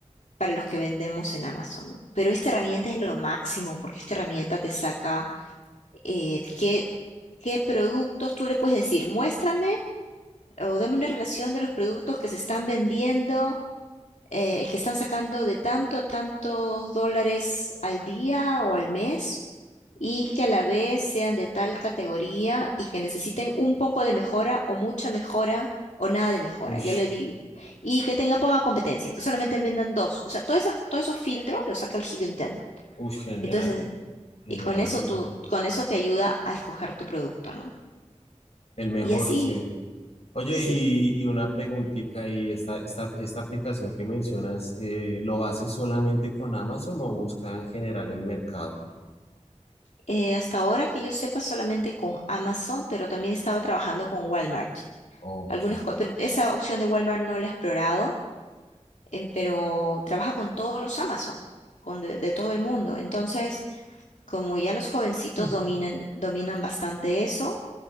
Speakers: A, on the left (about 75°); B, on the left (about 60°).
A: para los que vendemos en Amazon. Pero esta herramienta es lo máximo, porque esta herramienta te saca eh, qué, qué productos tú le puedes decir, muéstrame o dame una relación de los productos que se están vendiendo, eh, que están sacando de tanto a tantos dólares al día o al mes y que a la vez sean de tal categoría y que necesiten un poco de mejora o mucha mejora o nada de mejora,
B: Ush,
A: yo le digo. Y que tenga poca competencia, que solamente vendan dos. O sea, todas esas, todos esos filtros los saca el Helium 10.
B: ush, genial,
A: Entonces,
B: genial,
A: y con eso
B: genial.
A: tú, con eso te ayuda a escoger tu producto, ¿no?
B: El mejor,
A: Y así,
B: sí. Oye,
A: sí,
B: y, y una preguntita, y esta, esta, esta aplicación que mencionas, eh, ¿lo haces solamente con Amazon o busca en general en mercado?
A: eh, hasta ahora que yo sepa solamente con Amazon, pero también estaba trabajando con Walmart.
B: Ok.
A: Algunas, co- pero esa opción de Walmart no la he explorado, em, pero trabaja con todos los Amazon, con de, de todo el mundo. Entonces, como ya los jovencitos
B: Hmm.
A: dominan, dominan bastante eso,